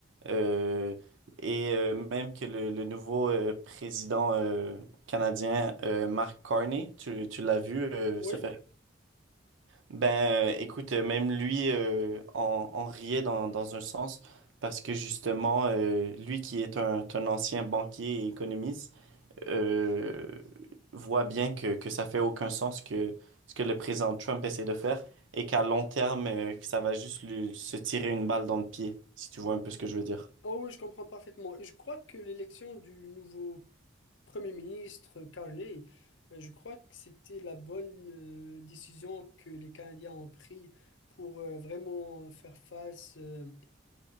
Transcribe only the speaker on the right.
Euh, et euh, même que le, le nouveau euh, président euh, canadien, euh, Mark Carney, tu, tu l'as vu euh,
se faire. Ben euh, écoute, euh, même lui euh, en, en riait dans, dans un sens parce que justement, euh, lui qui est un un ancien banquier et économiste, euh, voit bien que, que ça fait aucun sens que ce que le président Trump essaie de faire et qu'à long terme, euh, que ça va juste lui, se tirer une balle dans le pied, si tu vois un peu ce que je veux dire.